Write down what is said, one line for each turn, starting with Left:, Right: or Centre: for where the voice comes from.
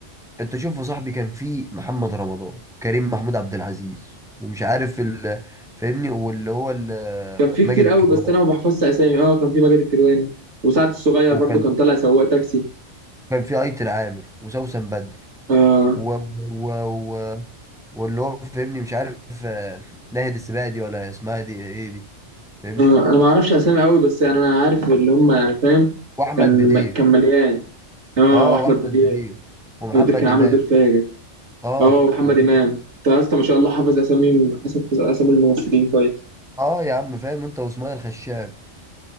Centre: انت شوف يا صاحبي كان في محمد رمضان كريم محمود عبد العزيز ومش عارف ال فاهمني واللي هو ال-
Right: كان فيه كتير
Centre: ماجد الكدواني
Right: قوي بس انا ما بحفظش اسامي اه كان فيه ماجد الكدواني وسعد الصغير
Centre: وكان
Right: برضو كان طالع سواق تاكسي
Centre: كان في ايتن عامر وسوسن بدر
Right: اه
Centre: و... و... و... واللي هو فاهمني مش عارف آه، ناهد السباعي دي ولا اسمها دي ايه دي فاهمني
Right: اه انا ما اعرفش اسامي قوي بس يعني انا عارف اللي هم يعني فاهم
Centre: واحمد
Right: كان
Centre: بدير
Right: كان مليان اه
Centre: اه
Right: واحمد
Centre: واحمد
Right: بدير
Centre: بدير ومحمد
Right: احمد بدير كان عامل
Centre: امام
Right: دور فاجر
Centre: اه
Right: اه محمد
Centre: ومحمد-
Right: امام انت يا اسطى ما شاء الله حافظ اسامي حافظ اسامي الممثلين كويس
Centre: اه يا عم فاهم انت واسماعيل الخشاب